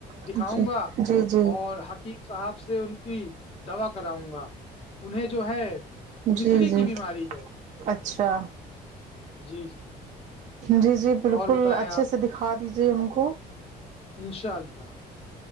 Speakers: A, on the left (about 35°); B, on the right (about 45°).
A: دکھاؤں
B: جی
A: گا
B: جی جی
A: اورق ی صاحب سے ان کی دوا کراؤں گا انہیں جو ہے مصری
B: جی جی
A: کی بیماری ہے
B: اچھا
A: جی جی
B: جی جی بالکل
A: اور بتائیں
B: اچھے
A: آپ
B: سے دکھا دیجیے ان کو
A: انشاء اللہ